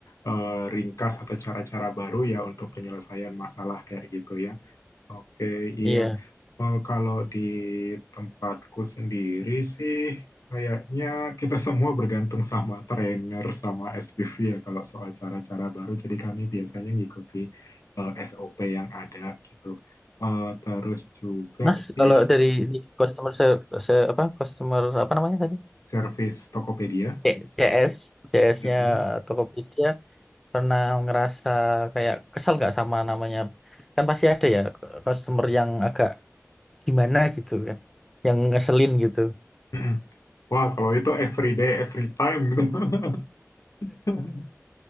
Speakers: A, on the left; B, in the centre.
A: eh, ringkas atau cara-cara baru ya untuk penyelesaian masalah kayak gitu ya. Oke, iya.
B: Iya.
A: Eh, kalau di tempatku sendiri sih kayaknya kita semua bergantung sama trainer sama SPV ya kalau soal cara-cara baru. Jadi kami biasanya ngikuti eh, SOP yang ada gitu. Eh, terus juga
B: Mas,
A: sih
B: kalau dari di customer ser- se- apa customer apa namanya tadi?
A: service Tokopedia
B: C- CS, S
A: Mm-mm.
B: nya Tokopedia pernah ngerasa kayak kesel nggak sama namanya? Kan pasti ada ya customer yang agak gimana gitu kan, yang ngeselin gitu.
A: <clears throat> Wah, kalau itu every day, every time gitu. <laughs> <laughs>